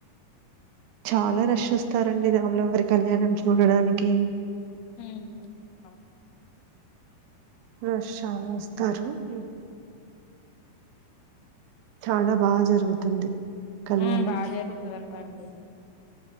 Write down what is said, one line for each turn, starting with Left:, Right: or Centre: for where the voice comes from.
Right: చాలా రష్ వస్తారండి రాములవారి కళ్యాణం చూడడానికి
Left: ఉహుమ్ ఆ
Right: రష్ చాలా వస్తారు ఉమ్ చాలా బా జరుగుతుంది కళ్యాణం
Left: ఉమ్ బా జరుగ్ తంట అండి